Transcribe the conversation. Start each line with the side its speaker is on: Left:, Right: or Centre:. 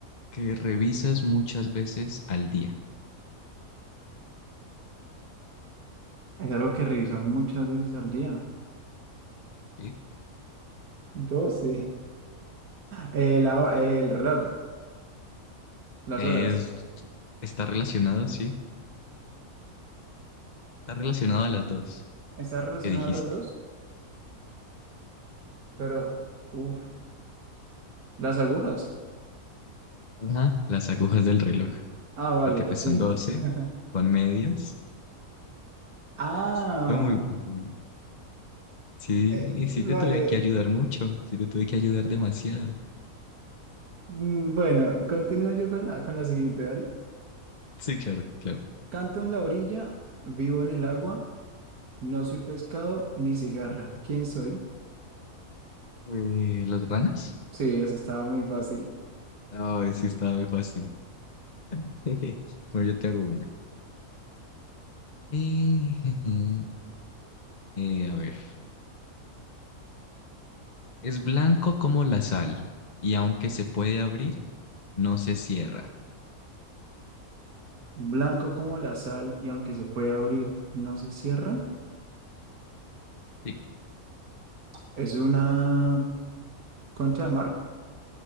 Left: que revisas muchas veces al día.
Right: Es algo que reviso muchas veces al día.
Left: ¿sí?
Right: doce Eh, la- el reloj, las
Left: Es,
Right: horas.
Left: está relacionado, sí. Está relacionado a las dos
Right: Está relacionado
Left: que dijiste.
Right: a los dos, pero, uff, las agujas.
Left: Ajá, las agujas del reloj,
Right: Ah, vale,
Left: porque pues
Right: sí.
Left: son 12
Right: <laughs>
Left: con medias.
Right: Ah,
Left: Fue muy bueno, Vivi. Sí,
Right: eh,
Left: y sí te
Right: vale.
Left: tuve que ayudar mucho, sí te tuve que ayudar demasiado.
Right: Mm, Bueno, continúo yo con la, con la siguiente, dale.
Left: Sí, claro, claro.
Right: Canto en la orilla, vivo en el agua, no soy pescado ni cigarra. ¿Quién soy?
Left: Eh, ¿las ranas?
Right: Sí, eso estaba muy fácil.
Left: Ay, sí, estaba muy fácil. <laughs> Bueno, yo te hago una. Eh, <laughs> jeje. Eh, a ver. Es blanco como la sal y aunque se puede abrir, no se cierra.
Right: Blanco como la sal y aunque se puede abrir, no se cierra.
Left: Sí.
Right: Es una concha de mar.